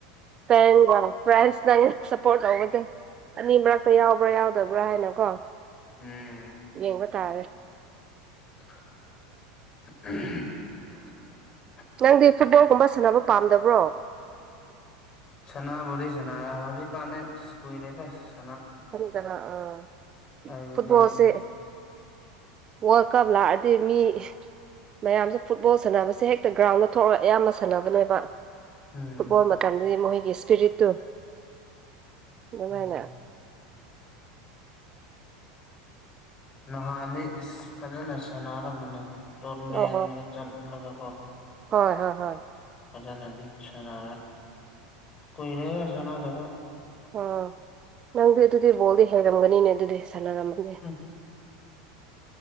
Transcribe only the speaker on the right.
ꯁꯄ ꯐ꯭ꯔꯥꯟꯁ ꯅꯪ ꯁꯞꯄꯣꯔꯠ ꯇꯧꯒꯁꯦ ꯑꯅꯤ ꯃꯔꯛꯇ ꯌꯥꯎꯕ꯭ꯔꯥ ꯌꯥꯎꯗꯕ꯭ꯔꯥ ꯍꯥꯏꯅ ꯀꯣ
ꯌꯦꯡꯕ ꯇꯥꯔꯦ
ꯅꯪꯗꯤ ꯐꯨꯠꯕꯣꯜꯒꯨꯝꯕ ꯁꯥꯟꯅꯕ ꯄꯥꯝꯗꯕ꯭ꯔꯣ
ꯆꯗꯔ ꯑ
ꯐꯠꯕꯣꯜꯁꯦ
ꯋꯥꯔꯜ ꯀꯞ ꯂꯥꯛꯑꯗꯤ ꯃꯤ ꯃꯌꯥꯝꯁꯦ ꯐꯨꯠꯕꯣꯜ ꯁꯥꯟꯅꯕꯁꯦ ꯍꯦꯛꯇ ꯒ꯭ꯔꯥꯎꯟꯗ ꯊꯣꯛꯂꯒ ꯑꯌꯥꯝꯅ ꯁꯥꯟꯅꯕ ꯅꯣꯏꯕ
ꯐꯨꯠꯕꯣꯜ ꯃꯇꯝꯗꯗꯤ ꯃꯈꯣꯏꯒꯤ ꯏꯁꯄꯤꯔꯤꯠꯇꯨ ꯑꯗꯨꯃꯥꯏꯅ
ꯑꯣ
ꯍꯣꯏ ꯍꯣꯏ ꯍꯣꯏ
ꯑꯥ ꯅꯪꯗꯤ ꯑꯗꯨꯗꯤ ꯕꯣꯜꯗꯤ ꯍꯩꯔꯝꯒꯅꯤꯅꯦ ꯑꯗꯨꯗꯤ ꯁꯥꯟꯅꯔꯝꯃꯒꯦ